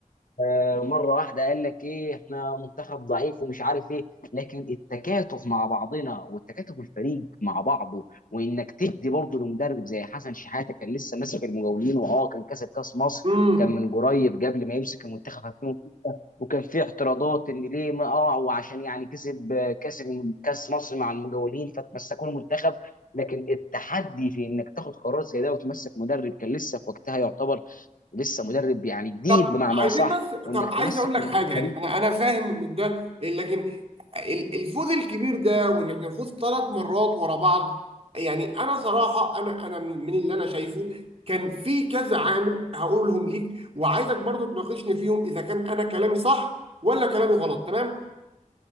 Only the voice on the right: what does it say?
امم
طب
عايزين
بس
طب عايز
اقول لك
حاجه يعني انا انا فاهم ده لكن ال- الفوز الكبير ده وان احنا نفوز ثلاث مرات ورا بعض يعني انا صراحه انا انا من اللي انا شايفه كان في كذا عامل هقولهم ليك وعايزك برضو تناقشني فيهم اذا كان انا كلامي صح ولا كلامي غلط تمام